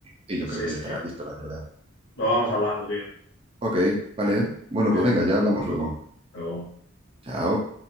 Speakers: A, on the right; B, on the left.
A: y yo
B: Sí,
A: creo que
B: sí,
A: ya estará listo, la verdad.
B: lo vamos hablando, tío.
A: Ok, vale. Bueno,
B: Cuídate.
A: pues venga, ya hablamos luego.
B: Hasta luego.
A: Chao.